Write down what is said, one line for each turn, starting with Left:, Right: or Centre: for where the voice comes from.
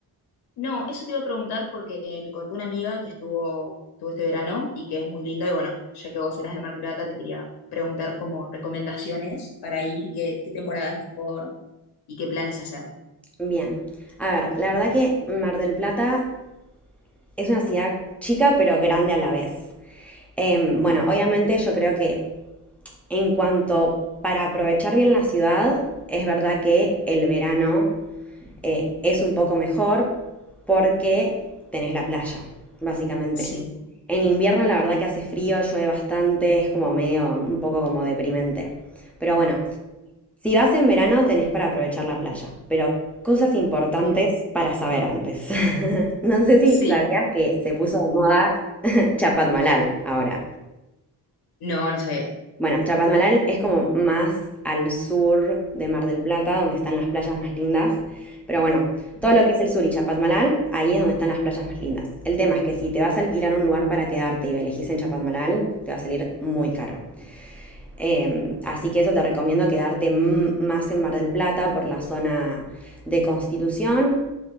Left: No, eso te iba a preguntar porque me contó una amiga que estuvo, estuvo este verano y que es muy lindo y bueno, ya que vos eras de Mar del Plata, te quería preguntar como recomendaciones para ir, y qué, qué temporada es mejor y qué planes hacer.
Centre: Bien. A ver, la verdad que Mar del Plata Es una ciudad chica pero grande a la vez. Em, bueno,
Left: Bien,
Centre: obviamente yo creo que en cuanto para aprovechar bien la ciudad, es verdad que el verano eh, es un poco mejor porque tenés la playa, básicamente.
Left: sí,
Centre: En invierno la verdad que hace frío, llueve bastante, es como medio un poco como deprimente. Pero bueno, si vas en verano, tenés para aprovechar la playa, pero cosas importantes
Left: bien.
Centre: para saber antes. <laughs> No sé si
Left: Sí,
Centre: sabías que se puso de moda <laughs> Chapadmalal ahora.
Left: no, no sabía.
Centre: Bueno, Chapadmalal es como más al sur de Mar del Plata, donde están las playas más lindas. Pero bueno,
Left: Bien.
Centre: todo lo que es el sur y Chapadmalal, ahí es donde están las playas más lindas. El tema es que si te vas a alquilar un lugar para quedarte y elegís en Chapadmalal, te va a salir muy caro. Eh, así que eso te recomiendo quedarte m- más en Mar del Plata por la zona de Constitución,